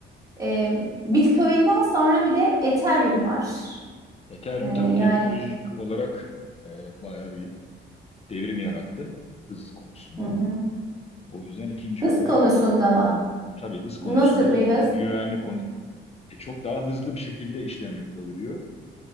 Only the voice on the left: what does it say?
e, Ethereum
tabii teknolojik olarak e, bayağı bir devrim yarattı hız konusunda.
O yüzden ikinci
olarak
tabii hız konusunda
ve
güvenlik konusunda çok daha hızlı bir şekilde işlem yapılabiliyor.